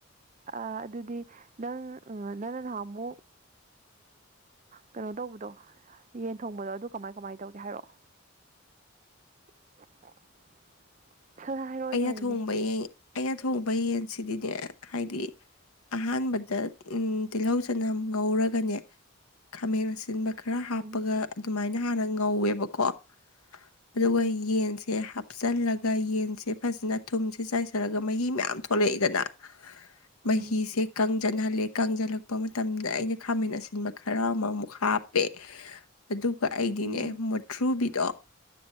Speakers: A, on the right; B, on the left.
A: ꯑ ꯑꯗꯨꯗꯤ ꯅꯪ ꯅꯪꯅ ꯅꯍꯥꯟ ꯑꯃꯨꯛ ꯀꯩꯅꯣ ꯇꯧꯕꯗꯣ ꯌꯦꯟ ꯊꯣꯡꯕꯗꯣ ꯑꯗꯨ ꯀꯃꯥꯏ ꯀꯃꯥꯏꯟ ꯇꯧꯒꯦ ꯍꯥꯏꯔꯛꯑꯣ <unintelligible> ꯁꯠ ꯁꯠ ꯍꯥꯏꯔꯛꯑꯣ
B: ꯑꯩꯅ
A: ꯏꯃꯥꯟꯅꯕꯤ
B: ꯊꯣꯡꯕ ꯌꯦꯟ ꯑꯩꯅ ꯊꯣꯡꯕ ꯌꯦꯟꯁꯤꯗꯤꯅꯦ ꯍꯥꯏꯗꯤ ꯑꯍꯥꯟꯕꯗ ꯎꯝ ꯇꯤꯜꯍꯧ ꯆꯅꯝ ꯉꯧꯔꯒꯅꯦ ꯈꯥꯃꯦꯟ ꯑꯁꯤꯟꯕ ꯈꯔ ꯍꯥꯞꯄꯒ
A: ꯎꯝ
B: ꯑꯗꯨꯃꯥꯏꯅ ꯍꯥꯟꯅ ꯉꯧꯋꯦꯕꯀꯣ ꯑꯗꯨꯒ
A: ꯎꯝ
B: ꯌꯦꯟꯁꯦ ꯍꯥꯞꯆꯜꯂꯒ ꯌꯦꯟꯁꯦ ꯐꯖꯅ ꯊꯨꯝꯁꯦ ꯆꯥꯏꯁꯤꯂꯒ ꯃꯍꯤ ꯃꯌꯥꯝ ꯊꯣꯛꯂꯛꯏꯗꯅ ꯃꯍꯤꯁꯦ
A: ꯎꯝ
B: ꯀꯪꯖꯤꯟꯍꯜꯂꯦ ꯀꯪꯖꯤꯜꯂꯛꯄ ꯃꯇꯝꯗ ꯑꯩꯅ ꯈꯥꯃꯦꯟ ꯑꯁꯤ ꯑꯁꯤꯟꯕ ꯈꯔ ꯑꯃꯃꯨꯛ ꯍꯥꯞꯄꯦ
A: <inaudible>
B: ꯑꯗꯨꯒ ꯑꯩꯗꯤꯅꯦ
A: ꯎꯝ
B: ꯃꯨꯊ꯭ꯔꯨꯕꯤꯗꯣ